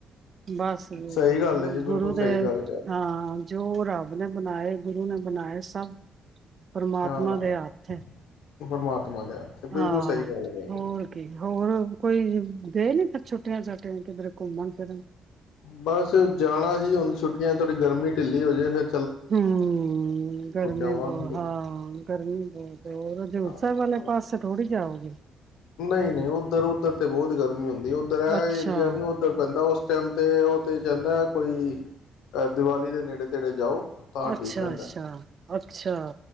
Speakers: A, on the right (about 45°); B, on the left (about 85°).
A: ਬਸ
B: ਸਹੀ ਗੱਲ ਹੈ ਜੀ ਬਿਲਕੁਲ
A: ਗੁਰੂ
B: ਸਹੀ
A: ਦੇ
B: ਗੱਲ ਕਹਿ ਰਹੇ,
A: ਹਾਂ ਜੋ ਰੱਬ ਨੇ ਬਣਾਏ ਗੁਰੂ ਨੇ ਬਣਾਏ ਸਭ ਪਰਮਾਤਮਾ
B: ਹਾਂ
A: ਦੇ ਹੱਥ ਏ
B: ਪਰਮਾਤਮਾ ਦੇ ਹੱਥ ਬਿਲਕੁਲ
A: ਹਾਂ
B: ਸਹੀ ਗੱਲ ਕਹਿ ਰਹੇ
A: ਹੋਰ ਕੀ ਹੋਰ ਕੋਈ ਗਏ ਨੀ ਛੁੱਟੀਆਂ ਛਾਟੀਆਂ ਕਿਧਰ ਘੁੰਮਣ ਫਿਰਨ
B: ਬਸ ਜਾਣਾ ਸੀ ਹੁਣ ਛੁੱਟੀਆਂ ਥੋੜੀ ਗਰਮੀ ਢਿੱਲੀ ਹੋ ਜਾਏ ਫੇਰ
A: ਹੂੰ ਗਰਮੀ
B: ਆਵਾਂਗੇ
A: ਬਹੁਤ ਹਾਂ ਗਰਮੀ ਬਹੁਤ ਹੋਰ ਹਜ਼ੂਰ
B: ਹਾਂ
A: ਸਾਹਿਬ ਵਾਲੇ ਪਾਸੇ ਥੋੜ੍ਹੀ ਜਾਓਗੇ। <unintelligible>
B: ਨਹੀਂ ਨਹੀਂ ਉੱਧਰ ਉਧਰ ਤੇ ਬਹੁਤ ਗਰਮੀ ਏ। ਹੁੰਦੀ ਉੱਧਰ ਇਹ
A: ਅੱਛਾ
B: ਏਰੀਆ ਨੀ ਉੱਧਰ ਪੈਂਦਾ ਉਸ ਟਾਈਮ ਤੇ ਉਹ ਤੇ ਜਾਂਦਾ ਕੋਈ ਦਿਵਾਲੀ ਦੇ ਨੇੜੇ ਤੇੜੇ ਜਾਓ ਤਾਂ
A: ਅੱਛਾ
B: ਠੀਕ ਰਹਿੰਦਾ।
A: ਅੱਛਾ ਅੱਛਾ